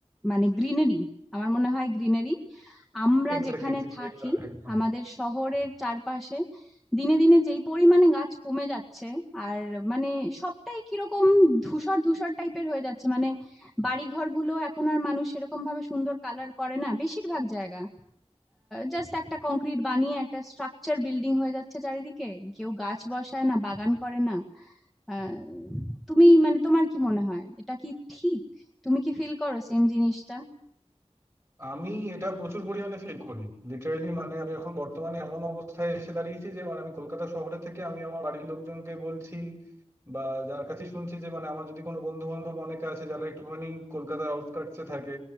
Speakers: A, in the centre; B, on the right (about 25°).
A: মানে গ্রিনারি আমার মনে হয় গ্রিনারি আমরা
B: এক্স্যাক্টলি
A: যেখানে
B: এক্স্যাক্টলি
A: থাকি
B: একদম
A: আমাদের শহরের চারপাশে দিনে দিনে যেই পরিমাণে গাছ কমে যাচ্ছে আর মানে সবটাই কিরকম ধূসর ধূসর টাইপের হয়ে যাচ্ছে মানে বাড়ি ঘরগুলো এখন আর মানুষ সেরকম ভাবে সুন্দর কালার করে না বেশিরভাগ জায়গা জাস্ট একটা কংক্রিট বানিয়ে একটা স্ট্রাকচার বিল্ডিং হয়ে যাচ্ছে চারিদিকে কেউ গাছ বসায় না বাগান করে না আহ, তুমি মানে তোমার কি মনে হয় এটা কি ঠিক তুমি কি ফিল করো সেম জিনিসটা
B: আমি এটা প্রচুর পরিমাণে ফিল করি লিটারেলি মানে আমি এখন বর্তমানে এমন অবস্থায় এসে দাঁড়িয়েছি যে মানে আমি কলকাতা শহরে থেকে আমি আমার বাড়ির লোকজনকে বলছি বা যার কাছে শুনছি যে মানে আমার যদি কোনো বন্ধু বান্ধব অনেকে আছে যারা একটুখানি কলকাতার আউটস্কার্টসে থাকে